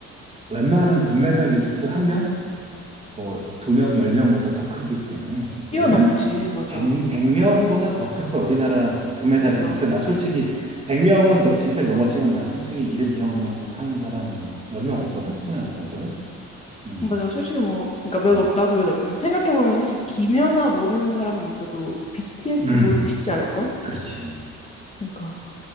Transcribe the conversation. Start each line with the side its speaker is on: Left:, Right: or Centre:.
Right: 웬만한 금메달리스트 한 명? 뭐, 두 명, 열 명보다 더 크기 때문에,
Left: 뛰어넘지
Right: 열 명?
Left: 맞아,
Right: 백, 백 명보다 더 클 거야. 우리나라 금메달리스트.
Left: 맞아.
Right: 나 솔직히, 백 명은 지금까지 넘었지만, 나 솔직히 이름 기억나는 사람 몇 명 없거든? 손에 안 꼽거든? 음,
Left: 맞아, 솔직히 뭐, 그러니까 몇
Right: 음,
Left: 없, 나도 몇 없긴. 생각해보면 솔직히 김연아 모르는 사람은 있어도 BTS
Right: 음,
Left: 모르기 쉽지 않을걸?
Right: 그렇지.
Left: 그러니까.